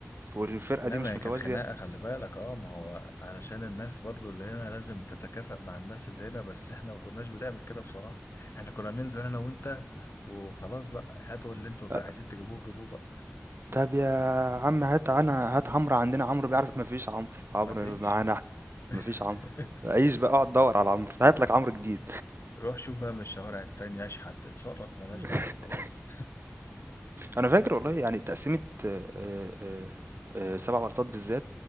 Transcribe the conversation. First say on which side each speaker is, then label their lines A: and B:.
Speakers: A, on the right; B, on the left.
A: والفرقة
B: انما
A: دي مش
B: هي
A: متوازية
B: كانت خناقه خلي بالك اه ما هو علشان الناس برضو اللي هنا لازم تتكافئ مع الناس اللي هنا بس احنا ما كناش بنعمل كده بصراحه احنا كنا ننزل انا وانت وخلاص بقى هاتوا اللي انتوا جا-
A: أ
B: عايزين تجيبوه جيبوه بقى
A: طب يا عم هات أنا هات عمرو عندنا عمرو بيعرف ما فيش عمرو، عمرو
B: ما فيش
A: معانا إحنا
B: <laughs>
A: ما فيش عمرو، عيش بقى اقعد دوّر على عمرو، هات لك عمرو جديد.
B: روح شوف بقى من الشوارع التانية اشحت اتصرف ملهاش
A: <laughs>
B: دعوة خلاص
A: انا فاكر والله يعني تقسيمه آه، آه، آه، آه، سبع بلاطات بالذات